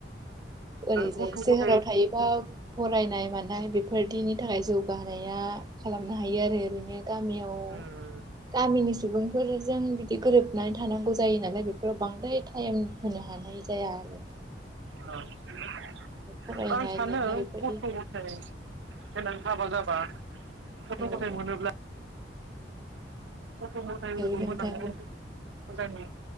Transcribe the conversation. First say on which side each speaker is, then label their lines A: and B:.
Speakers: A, on the right; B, on the right.
A: ओरैजाय
B: गथ'
A: सोहोराव
B: गथाय
A: थायोबा फरायनाय मानाय बेफो बेफोरदिनि थाखाय जौगाहोनाया खालामनो हायो आरो ओरैनो। गामियाव
B: उम
A: गामिनि सुबुंफोरजों बिदि गोरोबनानै थानांगौ जायो नालाय बेफोराव बांद्राय टाइम होनो हानाय जाया आरो।
B: औ
A: फरायनाय
B: आं सानो
A: लिरनाय बेफोरदि
B: गथ' ग'थाइ देनां हाबा जाब बा गथ'
A: औ
B: गथाय मोनोब्ला गथ' गथायफोरखौ
A: नोंथांखौ
B: मोजाङै मोजाङै